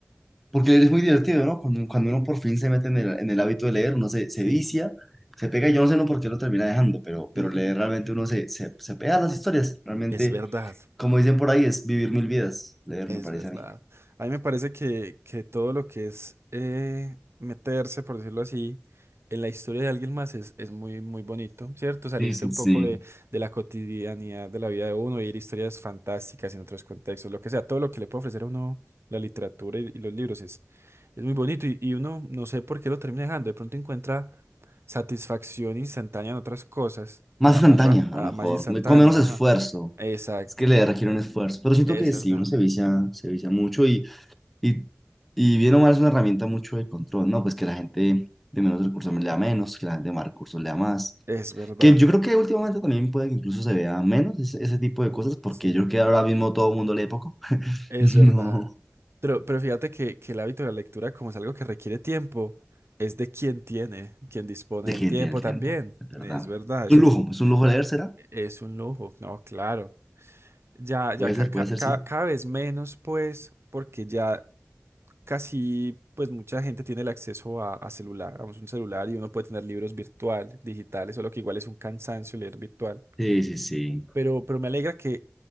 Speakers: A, in the centre; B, on the right.
A: porque leer es muy divertido, ¿no? Cuando, cuando uno por fin se mete en el, en el hábito de leer, uno se, se
B: Sí.
A: vicia, se pega, yo no sé no por qué lo termina dejando, pero, pero
B: Ujú.
A: leer realmente uno se, se, se pega a las historias. Realmente,
B: Es verdad.
A: como dicen por ahí, es vivir mil vidas, leer
B: Es
A: me parece
B: verdad.
A: a mí.
B: A mí me parece que, que todo lo que es eh, meterse, por decirlo así, en la historia de alguien más es, es muy, muy bonito, ¿cierto? Salirse
A: Sí, sí,
B: un
A: sí.
B: poco de, de la cotidianidad de la vida de uno, ir historias fantásticas en otros contextos, lo que sea, todo lo que le puede ofrecer a uno la literatura y, y los libros es, es muy bonito y, y uno no sé por qué lo termina dejando, de pronto encuentra satisfacción instantánea en otras cosas,
A: Más
B: más,
A: instantánea,
B: más, rap-
A: a
B: ah,
A: lo mejor,
B: más instantánea,
A: me- con menos esfuerzo.
B: ajá. Exacto,
A: Es que leer requiere un esfuerzo, pero siento
B: es
A: que
B: verdad,
A: sí, uno se vicia, se vicia mucho y Y, y bien o mal es una herramienta mucho de control, ¿no? Pues que la gente de menos recursos lea menos, que la gente de más recursos lea más.
B: es verdad.
A: Que yo creo que últimamente también puede que incluso se vea menos ese, ese tipo de cosas, porque
B: Sí.
A: yo creo que ahora mismo todo el mundo lee poco.
B: Es
A: <laughs> No,
B: verdad. Pero, pero fíjate que, que el hábito de la lectura, como es algo que requiere tiempo, es de quien tiene, quien dispone
A: de
B: del
A: quién
B: tiempo
A: tiene el
B: también.
A: tiempo, es verdad.
B: Es verdad, eso
A: Es un lujo, es un lujo leer, ¿será?
B: es un lujo. No, claro. Ya, ya
A: Puede
B: ca-
A: ser,
B: ca-
A: puede ser,
B: ca-
A: sí.
B: cada vez menos, pues, porque ya casi, pues, mucha gente tiene el acceso a, a celular, a un celular y uno puede tener libros virtual, digitales, solo que igual es un cansancio leer virtual
A: Sí, sí, sí.
B: pero, pero me alegra que,